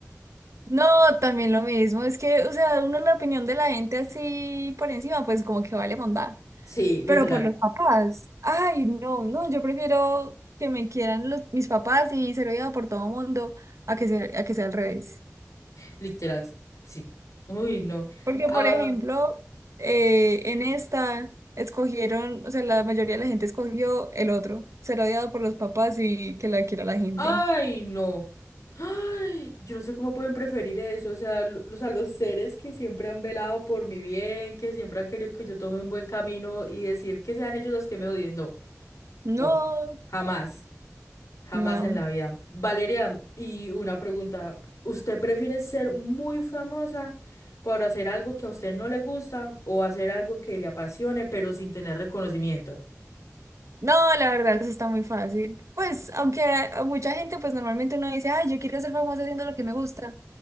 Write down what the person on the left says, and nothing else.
Sí, literal,
literal, sí. Uy, no.
Ah,
Ay, no. Ay, yo no sé cómo pueden preferir eso. O sea, lo- o sea, los seres que siempre han velado por mi bien, que siempre han querido que yo tome un buen camino y decir que sean ellos los que me odien. No,
no. Jamás. Jamás
en la vida. Valeria, y una pregunta. ¿Usted prefiere ser muy famosa por hacer algo que a usted no le gusta o hacer algo que le apasione pero sin tener reconocimiento?